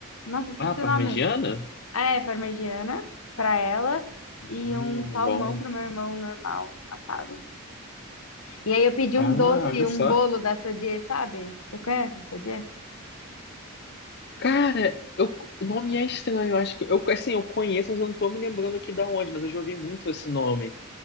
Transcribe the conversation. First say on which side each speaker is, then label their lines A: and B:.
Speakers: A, on the left; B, on the left.
A: Nossa, esqueci
B: Ah, parmegiana?
A: o nome. Ah, é parmegiana pra ela e
B: Hum,
A: um salmão
B: bom.
A: pro meu irmão normal, assado. E aí eu pedi
B: Ah,
A: um doce,
B: olha
A: um
B: só.
A: bolo da Sodier, sabe? Você conhece a Sodier?
B: Cara, eu, o nome é estranho. eu Acho que eu, assim, eu conheço, mas eu não tô me lembrando aqui da onde, mas eu já ouvi muito esse nome.